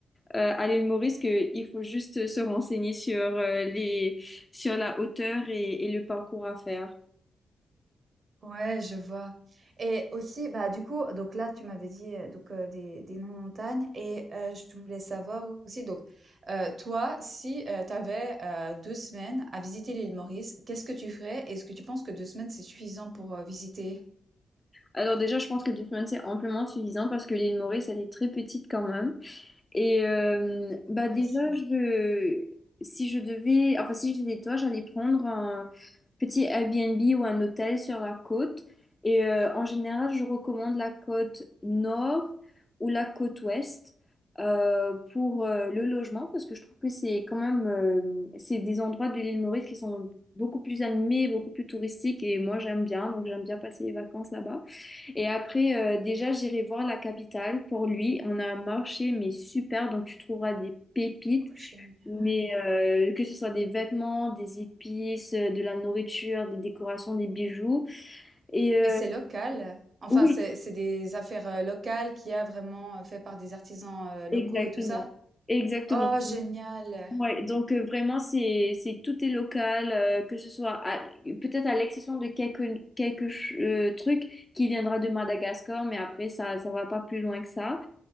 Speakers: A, on the left (about 15°); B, on the right (about 40°).
A: Euh, à l'île Maurice, que il faut juste se renseigner sur, euh, les, sur la hauteur et et le parcours à faire.
B: Ouais, je vois et aussi, bah, du coup, donc là, tu m'avais dit, heu, donc heu, des des noms de montagnes et heu, je voulais savoir aussi donc, heu, toi, si, heu, tu avais, heu, semaines à visiter l'île Maurice, qu'est-ce que tu ferais? Et est-ce que tu penses que 2 semaines, c'est suffisant pour, heu, visiter?
A: Alors déjà, je pense que deux semaines, c'est amplement suffisant parce que l'île Maurice, elle est très petite quand même. Et euh, bah
B: Ouais,
A: déjà,
B: c'est vrai.
A: je, si je devais, enfin si j'étais toi, j'allais prendre un petit Airbnb ou un hôtel sur la côte. Et euh, en général, je recommande la côte nord ou la côte ouest euh, pour euh, le logement parce que je trouve que c'est quand même, euh, c'est des endroits de l'île Maurice qui sont beaucoup plus animés, beaucoup plus touristiques. Et moi, j'aime bien, donc j'aime bien passer les vacances là-bas. Et après, euh, déjà, j'irai voir la capitale pour lui. On a un marché, mais super, donc tu trouveras des pépites,
B: Oh, génial
A: mais euh, que ce soit des vêtements, des épices, euh, de la nourriture, des décorations, des bijoux. Et euh,
B: et c'est local? Enfin,
A: oui,
B: c'est c'est des affaires, heu, locales qu'il y a vraiment, heu, fait par des artisans, heu, locaux
A: exactement.
B: et tout ça?
A: Exactement.
B: Oh, génial!
A: Ouais, donc euh, vraiment c'est c'est tout est local, euh, que ce soit à- peut-être à l'exception de quelques quelques ch- euh, trucs qui viendra de Madagascar, mais après ça ça va pas plus loin que ça.